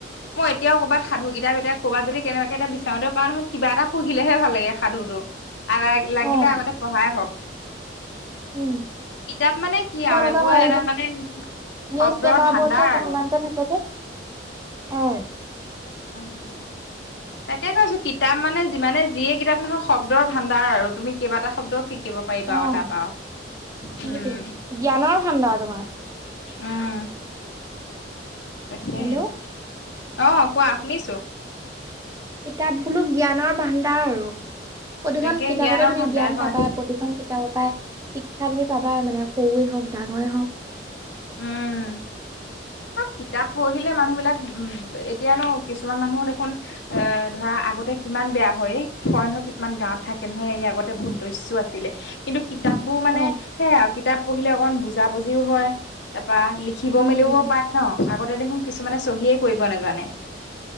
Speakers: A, on the left; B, on the right.
A: মই এতিয়াও কৰবাত সাধু কিতাপ এটায়া ক'ৰবাত যদি কেনেবাকে এতি বিচাৰওঁতে পা নহয়, কিবা এটা পঢ়িলেহে ভাল লাগে সাধুটো আৰু লাগিলে
B: অ',
A: আগতে পঢ়াই হওক
B: উম',
A: কিতাপ মানে কি
B: মই
A: আৰু
B: এনেকুৱা
A: এইবোৰ
B: হয়
A: এটা মানে শব্দৰ
B: নিউজ পেপাৰ
A: ভাণ্ডাৰ
B: বত যে কিছুমান
A: আৰু
B: যে থাকে যে অ' <inaudible>
A: উম তাকে কৈছো কিতাপ মানে যিমানে যিয়ে কিতাপ নহয় শব্দৰ ভাণ্ডাৰ আৰু তুমি কেইবাটাব্দ শিক <unintelligible> কিব পাৰিবা
B: অ'।
A: আৰু তাৰপা
B: সেইটোৱে
A: উম'
B: জ্ঞানৰ ভাণ্ডাৰ তোমাৰ
A: উম', তাকেহে
B: হেল্ল'
A: অ কোৱা শুনিছো।
B: কিতাপ বুলো জ্ঞানৰ ভাণ্ডাৰ আৰু প্ৰতিখন
A: তাকে
B: কিতাপতে
A: জ্ঞানৰ
B: তুমি
A: ভাণ্ডাৰ
B: জ্ঞান
A: হয়
B: পাবা, প্ৰতিখন শিক্ষা তুমি পাবা মানে, সৰুৱে হওক ডাঙৰে হওক।
A: উম
B: <inaudible>
A: কিতাপ পঢ়িলে মানুহ বিলাক উ এতিয়া ন কিছুমান মানুহো দেখোন এ ধৰা আগতে ইমান বেয়া হয়। কয় নহক কিছুমান গাঁৱত থাকে নহয় এই আগতে বহুত দৈস্য আছিলে। কিন্তু কিতাপবোৰ মানে
B: অ
A: সেয়াই আৰু কিতাপ পঢ়িলে অকমান বুজা বুজিও হয়। বা লিখিব
B: উম
A: মেলিবও
B: উম
A: পাৰে ন। আগতে দেখোন কিছুমানে চহিয়ে কৰিব নাজানে।